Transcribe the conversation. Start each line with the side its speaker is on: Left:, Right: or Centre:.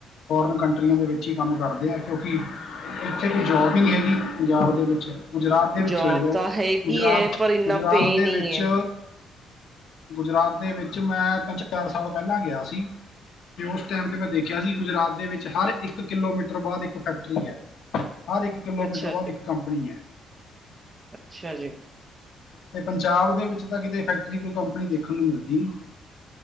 Left: ਫੋਰਨ ਕੰਟਰੀਆਂ ਦੇ ਵਿੱਚ ਹੀ ਕੰਮ ਕਰਦੇ ਆ ਕਿਉਂਕਿ ਇੱਥੇ ਕੋਈ ਜੋਬ ਹੀ ਨਹੀਂ ਹੈਗੀ। ਪੰਜਾਬ ਦੇ ਵਿੱਚ ਗੁਜਰਾਤ ਦੇ ਵਿੱਚ
Right: ਜੋਬ
Left: ਚਲੇ ਜਾਓ
Right: ਤਾਂ ਹੈਗੀ
Left: ਗੁਜਰਾਤ,
Right: ਹੈ ਪਰ ਇੰਨਾ
Left: ਗੁਜਰਾਤ
Right: ਪੇ
Left: ਦੇ
Right: ਨਹੀਂ
Left: ਵਿੱਚ
Right: ਹੈ
Left: ਗੁਜਰਾਤ ਦੇ ਵਿੱਚ ਮੈਂ ਤਿੰਨ, ਚਾਰ ਸਾਲ ਪਹਿਲਾਂ ਗਿਆ ਸੀ। ਤੇ ਉਸ ਟਾਈਮ ਤੇ ਮੈਂ ਦੇਖਿਆ ਸੀ, ਗੁਜਰਾਤ ਦੇ ਵਿੱਚ ਹਰ ਇੱਕ ਕਿਲੋਮੀਟਰ ਬਾਅਦ ਇੱਕ ਫੈਕਟਰੀ ਹੈ। ਹਰ ਇੱਕ ਕਿਲੋਮੀਟਰ,
Right: ਅੱਛਾ
Left: ਬਾਦ
Right: ਜੀ
Left: ਇੱਕ ਕੰਪਨੀ ਹੈ।
Right: ਅੱਛਾ, ਜੀ।
Left: ਤੇ ਪੰਜਾਬ ਦੇ ਵਿੱਚ ਤਾਂ ਕਿਤੇ ਫੈਕਟਰੀ, ਕੋਈ ਕੰਪਨੀ ਦੇਖਣ ਨੂੰ ਮਿਲਦੀ ਨੀ।